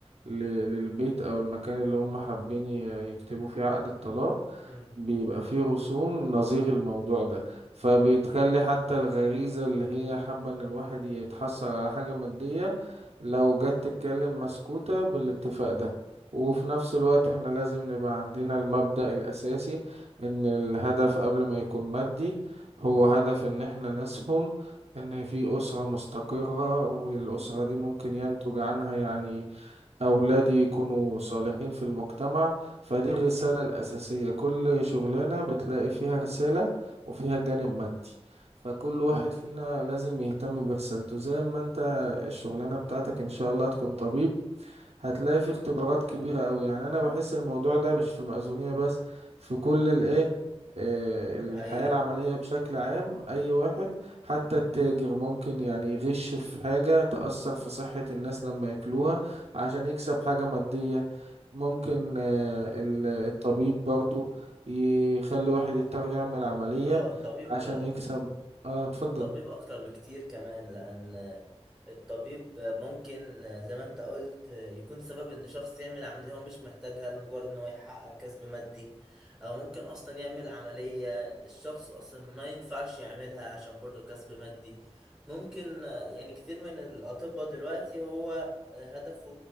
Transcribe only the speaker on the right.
ل- للبيت او المكان اللي هم حابين ي- يكتبوا فيه عقد الطلاق
بيبقى فيه رسوم نظير الموضوع ده فبتخلي حتى الغريزة اللي هي حابة ان الواحد يتحصل على حاجة مادية لو جت تتكلم مسكوتة بالاتفاق ده وفي نفس الوقت احنا لازم نبقى عندنا المبدأ الأساسي ان الهدف قبل ما يكون مادي هو هدف ان احنا نسهم ان في أسرة مستقرة والأسرة دي ممكن ينتج عنها يعني أولادي يكونوا صالحين في المجتمع فدي الرسالة الأساسية كل شغلانة بتلاقي فيها رسالة وفيها جانب مادي فكل واحد فينا لازم يهتم برسالته زي ما انت الشغلانة بتاعتك ان شاء الله هتكون طبيب هتلاقي فيه اختبارات كبيرة قوي يعني انا بحس الموضوع ده مش في المأذونية بس في كل الايه آه، الحياة
العملية بشكل عام أي واحد حتى التاجر ممكن يعني يغش في حاجة تأثر في صحة الناس لما ياكلوها عشان يكسب حاجة مادية ممكن آه، ال- الطبيب برضو يخلي واحد يضطر يعمل عملية
عشان يكسب اه اتفضل